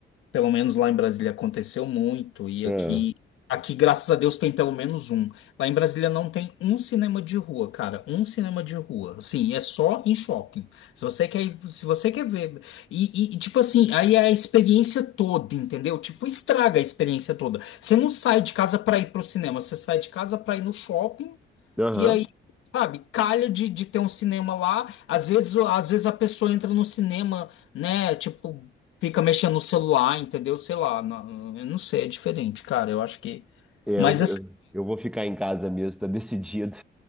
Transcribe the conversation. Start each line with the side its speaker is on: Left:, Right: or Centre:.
Left: Pelo menos lá em Brasília aconteceu muito, e
Centre: É.
Left: aqui, aqui, graças a Deus, tem pelo menos um. Lá em Brasília não tem um cinema de rua, cara, um cinema de rua. Assim, é só em shopping. Se você quer, ir- se você quer ver. E, e, e, tipo assim, aí é a experiência toda, entendeu? Tipo, estraga a experiência toda. Você não sai de casa para ir pro cinema, você sai de casa para ir no shopping,
Centre: Aham.
Left: e aí. Sabe, calha de, de ter um cinema lá. Às vezes, às vezes a pessoa entra no cinema né? Tipo, Fica mexendo no celular, entendeu? Sei lá, não, eu não sei, é diferente, cara. Eu acho que.
Centre: Eu,
Left: Mas assim.
Centre: eu, eu vou ficar em casa mesmo, tá decidido.